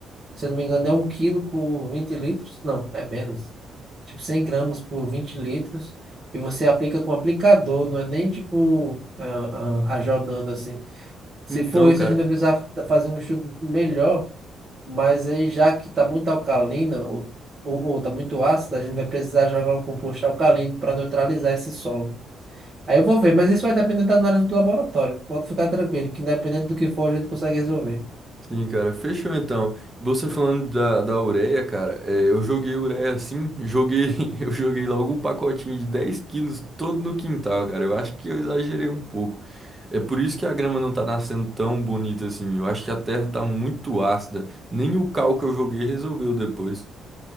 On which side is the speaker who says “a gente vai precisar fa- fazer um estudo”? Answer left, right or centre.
Right